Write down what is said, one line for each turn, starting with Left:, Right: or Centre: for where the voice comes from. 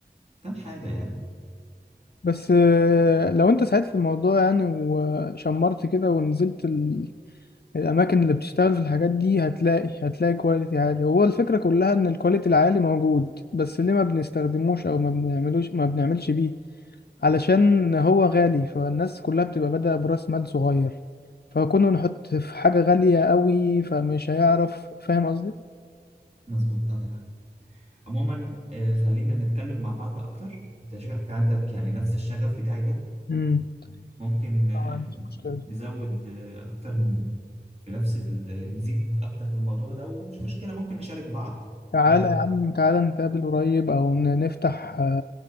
Right: كام حاجة يعني
Left: بس آه، لو انت ساعدت في الموضوع يعني وشمرت كده ونزلت الاماكن اللي بتشتغل في الحاجات دي هتلاقي هتلاقي كواليتي عالي هو الفكره كلها ان الكواليتي العالي موجود بس ليه ما بنستخدموش او ما بنعملوش ما بنعملش بيه علشان هو غالي فالناس كلها بتبقى بادئه براس مال صغير فكنا نحط في حاجه غاليه قوي فمش هيعرف فاهم قصدي
Right: مظبوط عندك حق عموما آه، خلينا نتكلم مع بعض اكتر انت شكلك عندك يعني نفس الشغف بتاعي ده
Left: مم.
Right: ممكن آه،
Left: ما عنديش مشكله
Right: نزود آه، أكتر من في نفس ال... نزيد أكتر في الموضوع ده ومش مشكلة ممكن نشارك بعض
Left: تعالى
Right: إيه رأيك؟
Left: يا عم تعالى نتقابل قريب او ن- نفتح